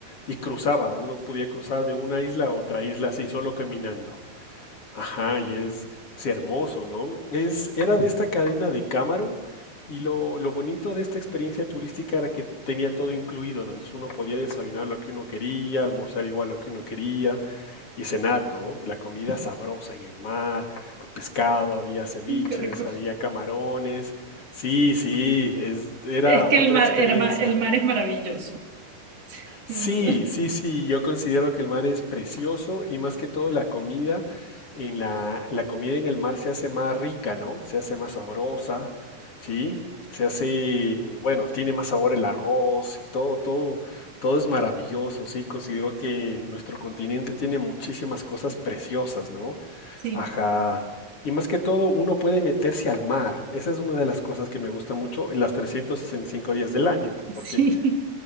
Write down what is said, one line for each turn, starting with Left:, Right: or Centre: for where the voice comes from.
Left: y cruzaba. Uno podía cruzar de una isla a otra isla así, solo caminando. Ajá, y es, es hermoso, ¿no? Es, era de esta cadena de Cameron y lo, lo bonito de esta experiencia turística era que tenía todo incluido, ¿no? Entonces uno podía desayunar lo que uno quería, almorzar igual lo que uno quería y cenar, ¿no? La comida sabrosa en el mar, pescado, había ceviches,
Right: Mm, qué rico.
Left: había camarones. Sí, sí, es- era
Right: Es que
Left: otra
Right: el mar,
Left: experiencia.
Right: el mar, el mar es maravilloso,
Left: Sí,
Right: sin duda, <laughs>
Left: sí, sí, yo considero que el mar es precioso y más que todo la comida en la, la comida en el mar se hace más rica, ¿no? Se hace más sabrosa, ¿sí? Se hace, bueno, tiene más sabor el arroz y todo, todo, todo es maravilloso, ¿sí? Considero que nuestro continente tiene muchísimas cosas preciosas, ¿no?
Right: sí,
Left: Ajá. Y más que todo, uno puede meterse al mar. Esa es una de las cosas que me gusta mucho en las 365 días del año, porque
Right: sí,